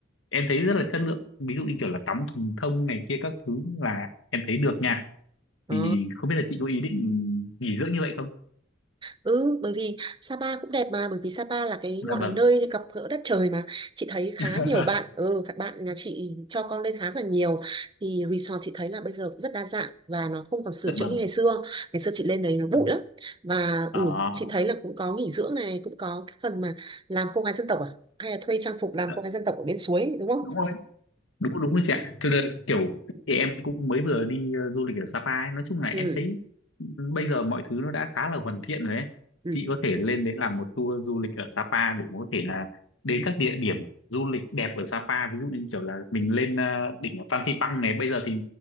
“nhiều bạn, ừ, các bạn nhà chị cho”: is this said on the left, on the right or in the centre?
Right